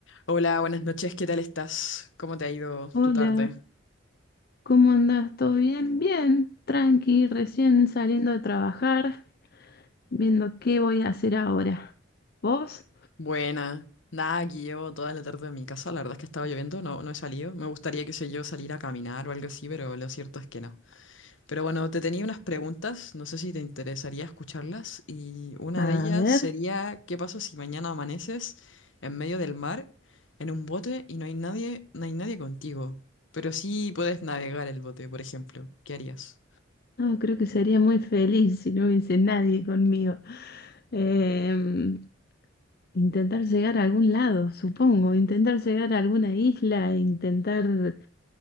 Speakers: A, on the left; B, on the left.
A: Hola, buenas noches, ¿qué tal estás? ¿Cómo te ha ido
B: Hola,
A: tu tarde?
B: ¿cómo andás? ¿Todo bien? Bien, tranqui, recién saliendo de trabajar, viendo qué voy a hacer ahora. ¿Vos?
A: Buena. Nada, aquí llevo toda la tarde en mi casa, la verdad es que estaba lloviendo, no, no he salido. Me gustaría, qué sé yo, salir a caminar o algo así, pero lo cierto es que no. Pero bueno, te tenía unas preguntas, no sé si te interesaría escucharlas, y una
B: A
A: de ellas
B: ver,
A: sería, ¿qué pasa si mañana amaneces en medio del mar, en un bote, y no hay nadie, no hay nadie contigo? Pero sí puedes navegar el bote, por ejemplo. ¿Qué harías?
B: no, creo que sería muy feliz si no hubiese nadie conmigo. Em, intentar llegar a algún lado, supongo, intentar llegar a alguna isla, intentar